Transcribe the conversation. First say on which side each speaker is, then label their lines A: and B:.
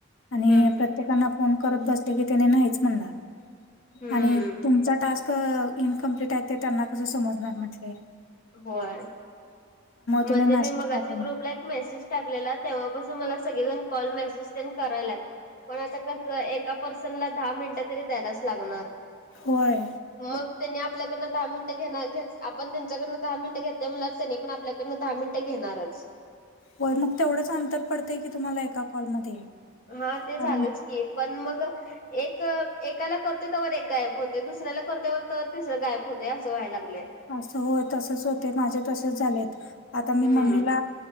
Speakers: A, on the left; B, on the left.
A: आणि
B: हम्म
A: प्रत्येकांना फोन करत बसले की तेंनी नाहीच म्हणणार
B: हम्म
A: आणि तुमचा टास्क इनकमप्लीट आहे ते त्यांना कस समजणार म्हटली
B: होय म
A: तुम्ही
B: ते
A: मेसेज
B: मी मगाशी
A: टाका
B: ग्रुपला एक मेसेज टाकलेला तेव्हापासून मला सगळेजण कॉल मेसेज तेन करायलात पण आता कस एका पर्सनला दहा मिनिटं तरी द्यायलाच लागणार
A: होय
B: मग त्यांनी आपल्याकडं दहा मिनटं घेनार <unintelligible> आपण त्यांच्याकडन दहा मिनिटं घेतल्या म्हटल्यावर त्यानी पण आपल्याकडनं दहा मिनटं घेणारच
A: होय मग तेवढंच अंतर पडतय की तुम्हाला एका कॉलमध्ये
B: हा ते झालंच
A: कारण
B: पण मग एक एकाला करते त्यावर एक गायब होते दुसऱ्याला करतेवर तर तिसरं गायप होतेय असं व्हाय लागलंय.
A: असं होय तसच होते माझे तसेच झालेत आता मी
B: हम्म
A: मम्मीला